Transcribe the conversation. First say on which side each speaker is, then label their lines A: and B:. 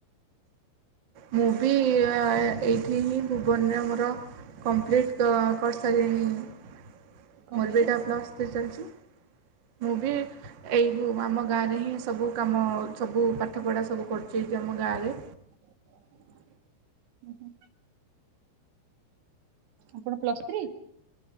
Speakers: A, on the right; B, on the right.
A: ମୁଁ ବି ଏଇଠି ହିଁ ଭୁବନରେ ମୋର କମ୍ପ୍ଲିଟ୍ କରି ସାରିଲିଣି ମୋର
B: କହିଲେ
A: ବି ଏଇଟା ପ୍ଲସ୍ ଥ୍ରି ଚାଲିଛି। ମୁଁ ବି ଏଇ ଆମ ଗାଁରେ ହିଁ ସବୁ କାମ ସବୁ ପାଠପଢ଼ା ସବୁ କରୁ ଶ୍ରୀଜମ ଗାରେ।
B: ହୁଁ, ହୁଁ। ଆପଣ ପ୍ଲସ୍ ଥ୍ରୀ?